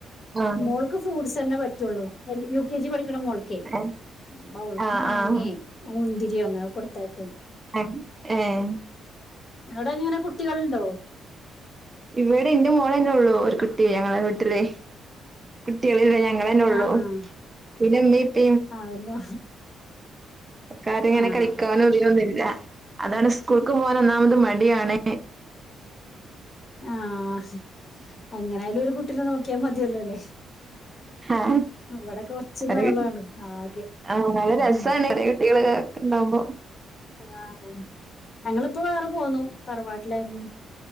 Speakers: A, on the right; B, on the left.
A: ആഹ്
B: പിന്നൊൾ ക്ക് ഫ്രൂട്ടസ് തന്നെ പറ്റുള്ളൂ യു കെ ജി പഠിക്കണ മോൾക്കേ
A: ഏഹ്
B: അപ്പൊ അവൾക്ക്
A: ആഹ്
B: മാങ്ങേ
A: ആഹ്
B: മുന്തിരിയോ അങ്ങനെ കൊടുത്തയക്കും
A: ആ ഏയ്
B: ഇവിടെ ഇങ്ങനെ കുട്ടികളുണ്ടോ
A: ഇവിടെ എന്റെ മോളെ തന്നെ ഉള്ളൂ ഒരു കുട്ടി ഞങ്ങളെ വീട്ടിലെ കുട്ടികളല്ല ഞങ്ങളന്നെ ഉള്ളു
B: ആ ആ
A: പിന്നെമ്മീപ്പ
B: അവന്
A: കറി അങ്ങനെ
B: ആഹ്
A: കഴിക്കാനും അങ്ങനെയൊന്നില്ല അതാണ് സ്കൂൾക്ക് പോകാൻ ഒന്നാമത് മടിയാണ്
B: ആഹ് എങ്ങനെയാലും ഒരു കുട്ടീനെ നോക്കിയാൽ മതിയല്ലോ അല്ലേ
A: അ ആഹ
B: ഇവിടൊക്കെ ഒച്ചയും
A: ഒരു
B: ബഹളാണ് ആകെ
A: ആ നല്ല
B: ഉം.
A: രസമാണ് പരകട്ടികള് ഉണ്ടാവോ
B: ആ ഞങ്ങളിപ്പോ വേറെ പോന്നു തറവാട്ടിലായിരുന്നു